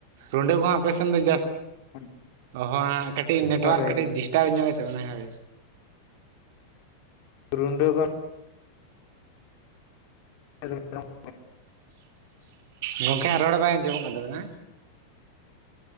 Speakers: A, on the right; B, on the left.
A: ᱱᱚᱸᱰᱮ ᱠᱚᱦᱚᱸ ᱟᱯᱮ ᱥᱮᱱ ᱫᱚ ᱡᱟᱹᱥ
B: <inaudible>
A: ᱚ ᱦᱟᱜ ᱠᱟᱹᱴᱤᱡ ᱱᱮᱴᱣᱟᱨᱠ
B: ᱦᱳᱭ ᱦᱳᱭ
A: ᱠᱟᱹᱴᱤᱡ
B: ᱦᱳᱭ
A: ᱰᱤᱥᱴᱟᱵᱽ ᱧᱚᱜᱮᱫ ᱛᱟᱵᱚᱱᱟ ᱦᱳᱭ ᱾
B: ᱨᱩᱸᱰᱟᱹ <inaudible> <inaudible>
A: ᱜᱚᱝᱠᱮ ᱦᱟᱸᱜ ᱨᱚᱲ ᱵᱟᱝ ᱟᱸᱡᱚᱢᱚᱜ ᱠᱟᱱ ᱛᱟᱵᱤᱱᱟ!